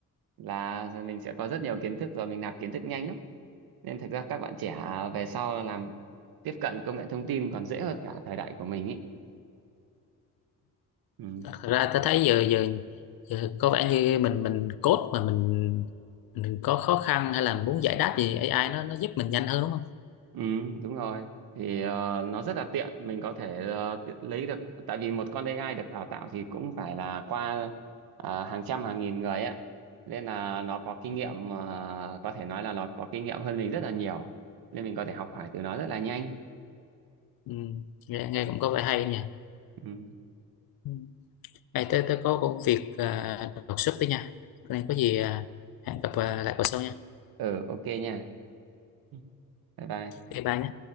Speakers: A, on the right (about 80°); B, on the left (about 75°).
A: là mình sẽ có rất nhiều kiến thức rồi mình nạp kiến thức nhanh lắm nên thật ra các bạn trẻ về sau làm tiếp cận công nghệ thông tin còn dễ hơn cả thời đại của mình ý ừ.
B: thật ra ta thấy giờ giờ giờ có vẻ như mình mình code mà mình mình có khó khăn hay là muốn giải đáp gì AI nó nó giúp mình nhanh hơn đúng không
A: ừ đúng rồi thì ờ, nó rất là tiện mình có thể ờ, ti- lấy được tại vì một con AI được đào tạo thì cũng phải là qua ờ, hàng trăm hàng nghìn người ấy nên là nó có kinh
B: ừ.
A: nghiệm ờ, có thể nói là nó có kinh nghiệm hơn mình rất là nhiều nên mình có thể học hỏi từ nó rất là nhanh
B: Ừ. Nghe, nghe cũng có vẻ hay nha
A: ừ,
B: ừ. Ê, tôi tớ có công việc à, đột xuất tí nha cái này có gì à, hẹn gặp à, lại vào sau nha
A: ừ ok nha Ừ. bye bye
B: thì bạn